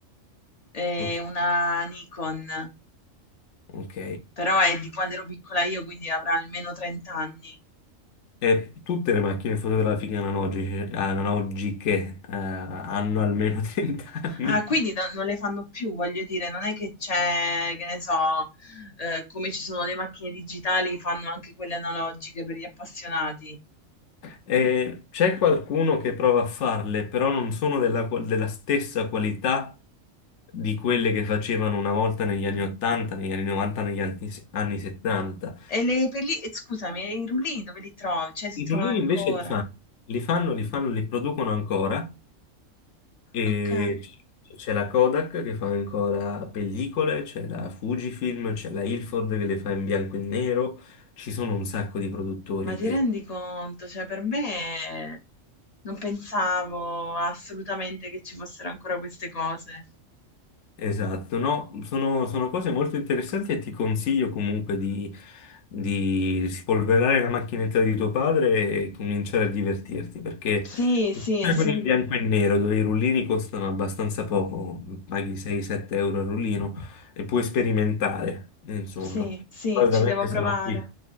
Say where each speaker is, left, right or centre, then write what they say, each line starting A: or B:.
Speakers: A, on the left; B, on the left.
A: eh,
B: Ok.
A: una Nikon,
B: ok.
A: però è di quando ero piccola io, quindi avrà almeno 30 anni.
B: E tutte le macchine fotografiche analogiche, analogiche, eh, hanno almeno <laughs> 30 anni.
A: Ah, quindi non, non le fanno più, voglio dire, non è che c'è, che ne so, eh, come ci sono le macchine digitali, fanno anche quelle analogiche per gli appassionati.
B: E c'è qualcuno che prova a farle, però non sono della, qual- della stessa qualità di quelle che facevano una volta negli anni
A: Mm.
B: 80, negli anni 90, negli anni, anni 70.
A: E le pelli- eh, scusami, e i rullini dove li trovi? Cioè, si
B: I
A: trovano
B: rullini
A: ancora?
B: invece li fanno, li fanno, li fanno, li producono ancora e
A: Ok.
B: c- c'è la Kodak che fa ancora pellicole, c'è la Fujifilm, c'è la Ilford che le fa in bianco e nero, ci sono un sacco di produttori
A: Ma ti rendi conto? Cioè, per me non pensavo assolutamente che ci fossero ancora queste cose.
B: Esatto, no, sono, sono cose molto interessanti e ti consiglio comunque di, di spolverare la macchinetta di tuo padre e cominciare a divertirti, perché
A: Sì, sì, sì,
B: con il bianco e nero, dove i rullini costano abbastanza poco, paghi 6-7 euro al rullino e puoi sperimentare, insomma.
A: sì, sì,
B: Poi ovviamente
A: ci devo provare.
B: sarò qui,